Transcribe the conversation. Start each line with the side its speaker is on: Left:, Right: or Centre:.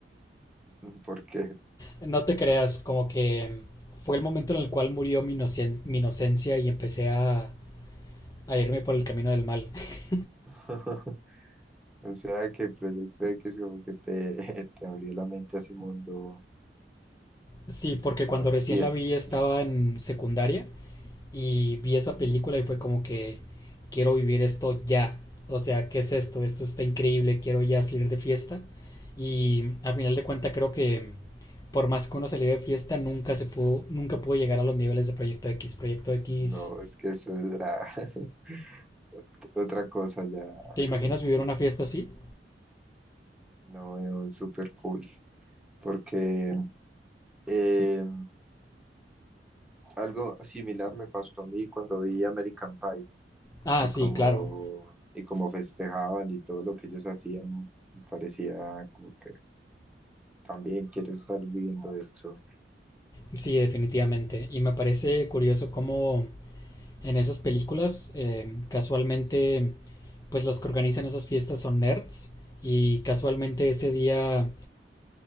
Centre: <laughs> Porque,
Left: No te creas, como que fue el momento en el cual murió mi, inocen- mi inocencia y empecé a, a irme por el camino del mal. <laughs>
Centre: <laughs> o sea, que Proyecto X como que te, <laughs> te abrió la mente a ese mundo
Left: Sí, porque
Centre: de las
Left: cuando recién
Centre: fiestas.
Left: la vi estaba en secundaria y vi esa
Centre: <laughs>
Left: película y fue como que quiero vivir esto ya. O sea, ¿qué es esto? Esto está increíble, quiero ya salir de fiesta. Y a final de cuentas creo que por más que uno saliera de fiesta, nunca se pudo, nunca pudo llegar a los niveles de Proyecto X. Proyecto X,
Centre: No, es que eso era <laughs> otra cosa ya.
Left: ¿te imaginas
Centre: Ellos
Left: vivir
Centre: es-
Left: una fiesta así?
Centre: no, súper cool. Porque eh, Algo similar me pasó a mí cuando vi American Pie
Left: Ah,
Centre: y
Left: sí,
Centre: como,
Left: claro.
Centre: y como festejaban y todo lo que ellos hacían, me parecía como que también quiero estar viviendo eso.
Left: Sí, definitivamente. Y me parece curioso cómo en esas películas eh, casualmente pues los que organizan esas fiestas son nerds y casualmente ese día